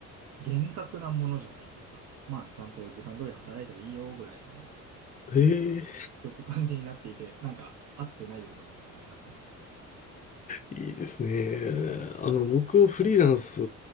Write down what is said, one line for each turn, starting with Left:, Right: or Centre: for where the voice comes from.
Right: 厳格なものじゃないというか、まあ、ちゃんと時間通り働いたらいいよぐらいの、結
Left: へえ、
Right: 局感じになっていて、なんか、合ってないようなものになってます。
Left: いいですね。あの、
Right: はい。
Left: 僕、フリーランス